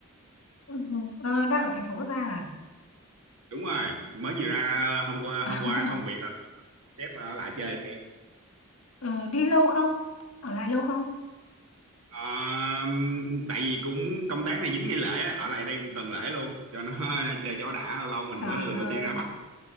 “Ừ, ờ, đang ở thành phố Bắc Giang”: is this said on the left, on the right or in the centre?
Left